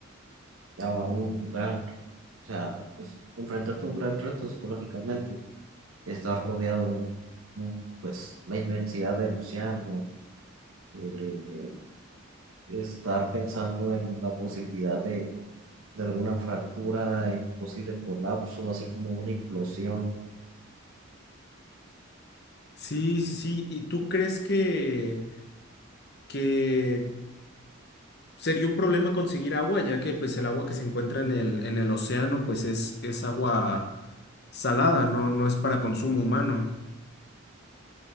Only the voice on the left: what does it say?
Sí, sí, sí. ¿Y tú crees que, que sería un problema conseguir agua, ya que pues el agua que se encuentra en el, en el océano pues es, es agua salada, no, no es para consumo humano.